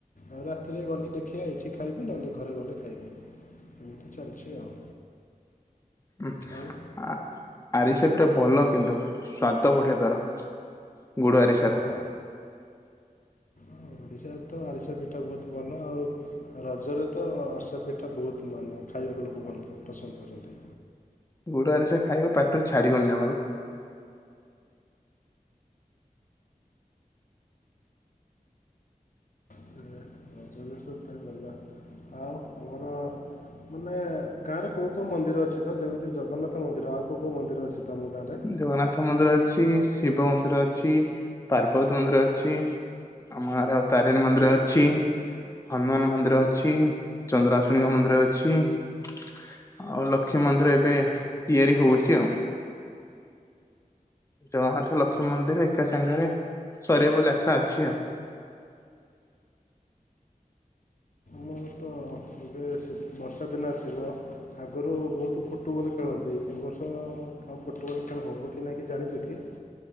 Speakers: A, on the left; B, on the left.
A: ଆଉ ରାତିରେ ଗଲେ ଦେଖିବା ଏଇଠି ଖାଇବି ନହେଲେ ଘରେ ଗଲେ ଖାଇବି। ଏମିତି ଚାଲିଚି ଆଉ।
B: ଉଁ
A: ଆଉ
B: ଆ ଆରିସା ପିଠା ଭଲ କିନ୍ତୁ ସ୍ୱାଦ ବଢିଆ ତାର ଗୁଡ ଆରିସାର।
A: ହଁ ଓଡ଼ିଶାରେ ତ ଆରିସା ପିଠା ବହୁତ ଭଲ ଆଉ। ରଜରେ ତ ଆରିସା ପିଠା ବହୁତ ମାନେ ଖାଇବାକୁ ଲୋକ ଭଲ ପସନ୍ଦ କରନ୍ତି।
B: ଗୁଡ଼ ଆରିସା ଖାଇବ ପାଟିରୁ ଛାଡିବନି ଜମାରୁ।
A: ସେ ରଜବିଶ୍ୱାସ ପାଇଁ ଗଲା। ଆଉ ଆମର ମାନେ ଗାଁ ରେ କୋଉ କୋଉ ମନ୍ଦିର ଅଛି ତ? ଯେମିତି ଜଗନ୍ନାଥ ମନ୍ଦିର ଆଉ କୋଉ କୋଉ ମନ୍ଦିର ଅଛି? ତମ ଗାଁରେ
B: ଜଗନ୍ନାଥ ମନ୍ଦିର ଅଛି। ଶିବ ମନ୍ଦିର ଅଛି। ପାର୍ବତୀ ମନ୍ଦିର ଅଛି। ଆମ ଗାଁ ରେ ଆଉ ତାରିଣୀ ମନ୍ଦିର ଅଛି। ହନୁମାନ ମନ୍ଦିର ଅଛି। ଚନ୍ଦ୍ରାଶୁଣୀଙ୍କ ମନ୍ଦିର ଅଛି। ଆଉ ଲକ୍ଷ୍ମୀ ମନ୍ଦିର ଏବେ ତିଆରି ହଉଛି ଆଉ। ଜଗନ୍ନାଥ ଲକ୍ଷ୍ମୀ ମନ୍ଦିର ଏକା ସାଙ୍ଗେରେ ସରିବ ବୋଲି ଆଶା ଅଛି ଆଉ।
A: ମୁଁ ତ ଏବେ ସି ବର୍ଷା ଦିନ ଆସିବ। ଆଗରୁ ବହୁତ ଫୁଟବଲ୍ ଖେଳନ୍ତି। ଏ ବର୍ଷ ଅ ଆଉ ଫୁଟବଲ୍ ଖେଳ ହବ କି ନାହିଁ କି ଜାଣିଚ କି?